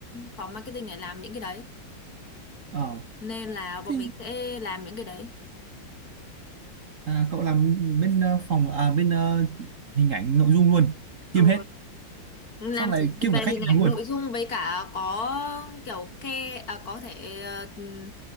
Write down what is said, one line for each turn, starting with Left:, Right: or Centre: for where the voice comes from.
Left: phòng marketing để làm những cái đấy.
Right: ờ
Left: nên là bọn
Right: thế
Left: mình sẽ làm những cái đấy
Right: à, cậu làm bên ờ, phòng à bên ờ, hình ảnh nội dung luôn
Left: ờ,
Right: kiêm hết
Left: làm
Right: xong lại
Left: chỉ
Right: kiêm
Left: về
Right: cả khách
Left: hình
Right: hàng
Left: ảnh
Right: luôn
Left: nội dung với cả có kiểu ke à, có thể ờ, ừm,